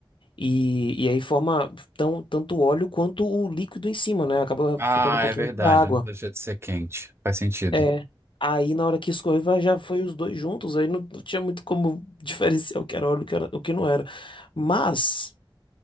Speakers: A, on the left (about 70°); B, on the right (about 30°).
A: E, e aí forma tão, tanto o óleo quanto o líquido em cima, né? Acaba
B: Ah,
A: ficando um pouquinho
B: é verdade,
A: de água.
B: não deixa de ser quente. Faz sentido.
A: É. Aí na hora que escorreu já foi os dois juntos, aí não, não tinha muito como <laughs> diferenciar o que era óleo, o que era, o que não era. Mas